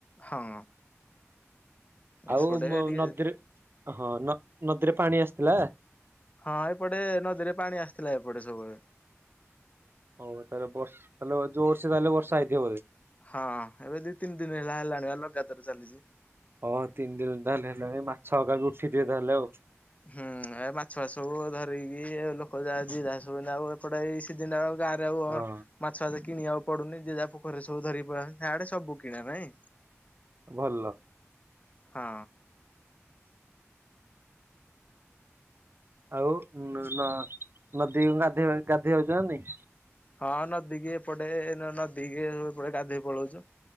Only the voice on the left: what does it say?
ହଁ। ଏପଟେ
ଟିକେ
ହଁ ଏପଟେ ନଦୀରେ ପାଣି ଆସିଥିଲା ଏପଟେ ସବୁବେଳେ।
ହଁ ଏବେ ଦି ତିନି ଦିନ ହେଲା ହେଲାଣି ଆଉ ଲଗାତାର ଚାଲିଛି।
ହୁଁ ଏ ମାଛ ଫାଚ ସବୁ ଧରିକି ଲୋକ ଯାହା ଯିଏ ଯାହା ସବୁ ଏୟିନା ଆଉ ପଟ୍ଟା ଏଇ ସିଜିନିରେ, ଆଉ ଗାଁରେ ଆଉ
ମାଛ ଫାଛ କିଣିବାକୁ ପଡୁନି ଯି ଯାହା ଏପଟେ ସବୁ ଧରି ପଳେଇ ଆଉ ଚନି ଗାଁରେ ସବୁ କିଣା ନାଇଁ
ହଁ।
ହଁ ନଦୀ କି ଏପଟେ ନଦୀ କିି ଗାଧୋଇ ପଳଉଛୁ।